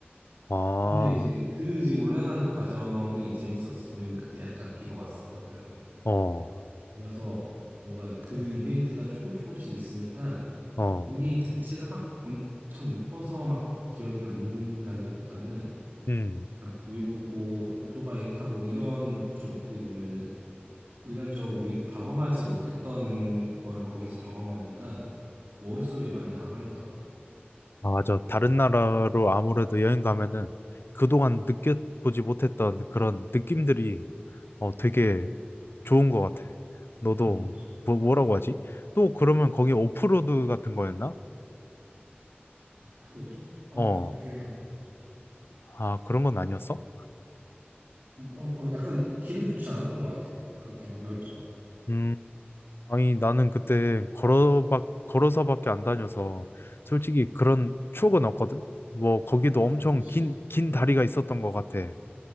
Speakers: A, on the left (about 65°); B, on the right (about 50°).
A: 아,
B: 근데 이제 그 이제 올라가는 과정이 재밌었어. 왜냐면 그때 약간 비가 왔었거든.
A: 어,
B: 그래서 뭔가 그 이벤트가 조금 조금씩 있으니까
A: 어,
B: 거기 자체가 막 엄청 이뻐서 막 기억이 남는다기보다는
A: 음.
B: 약간 비 오고 오토바이 타고 이런 좀 어떻게 보면은 일반적으로 우리가 경험하지 못했던 거를 거기서 경험하니까 머릿속에 많이 남아있더라고.
A: 아, 맞아. 다른 나라로 아무래도 여행 가면은 그동안 느껴보지 못했던 그런 느낌들이 어, 되게 좋은 것 같아. 너도
B: 음, 맞아.
A: 뭐, 뭐라고 하지? 또 그러면 거기 오프로드 같은 거였나?
B: 프로드? 아,
A: 어,
B: 좀 기억이 안 나.
A: 아, 그런 건 아니었어?
B: 뭐, 어, 약간 길은 좋지 않았던 것 같아. 그렇게 막 넓지 않고.
A: 음, 아니, 나는 그때 걸어박, 걸어서밖에 안 다녀서 솔직히 그런 추억은 없거든? 뭐, 거기도
B: 아,
A: 엄청
B: 그지.
A: 긴, 긴 다리가 있었던 것 같아.